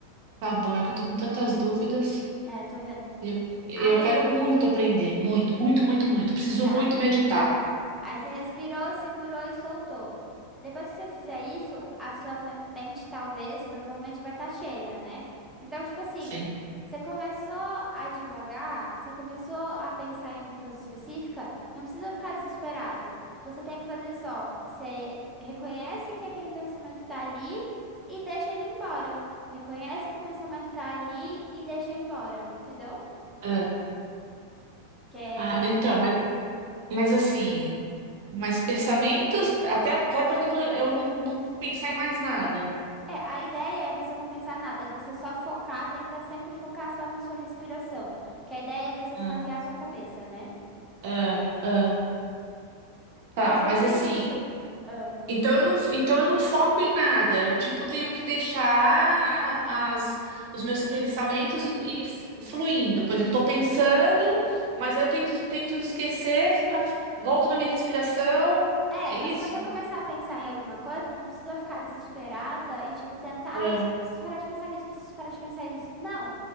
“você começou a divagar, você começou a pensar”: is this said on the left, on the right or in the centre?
Centre